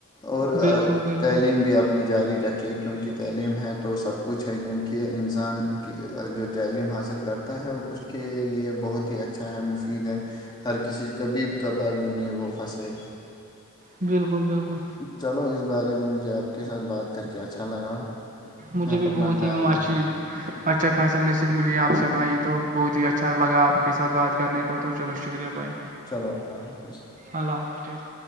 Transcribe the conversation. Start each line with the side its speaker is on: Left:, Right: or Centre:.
Left: اور
Right: بالکل بالکل
Left: تعلیم بھی آپ جاری رکھے کیونکہ تعلیم ہے تو سب کچھ ہے کیونکہ انسان کی جو تعلیم حاصل کرتا ہے اس کے لیے بہت ہی اچھا ہے مفید ہے ہر کسی کبھی کبھار بھیوں نہیںیں وہ پھنسے
Right: بالکل بالکل
Left: چلو اس بارے میں مجھے آپ کے ساتھ بات کر کے اچھا لگا
Right: مجھے
Left: آپ
Right: بھی
Left: اپنا
Right: بہت
Left: خیال
Right: ہی مشی
Left: رکھیں
Right: اچھا خاصہ نصیحت ملی آپ سےفائی تو بہت ہی اچھا لگا آپ کے ساتھ بات کرنے کو تو چلو شکریہ بھائی
Left: چلو اللہ حافظ
Right: اللہ حافظٹھیک